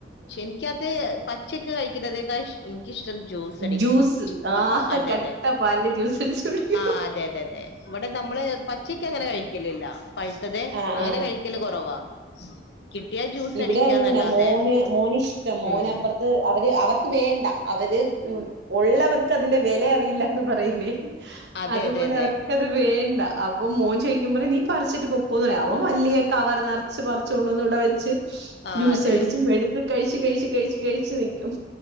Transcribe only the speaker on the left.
ക്ഷേ എനിക്കത് പച്ചക്ക് കഴിക്കുന്നതേക്കാ എനിക്കിഷ്ടം ജ്യൂസ് അടിക്കണം
ചി ക്കു
അതെ
അതെ
ആഹ് അതെ അതെ അതെ. ഇവിടെ നമ്മള് പച്ചക്ക് അങ്ങനെ കഴിക്കലില്ല പഴുത്തത്
അങ്ങനെ
കഴിക്കല് കൊറവാ. കിട്ടിയാ ജ്യൂസ്
അടിക്കാന്നല്ലാതെ
ഉം
അതെ
അതെ അതെ
ആ
അതെ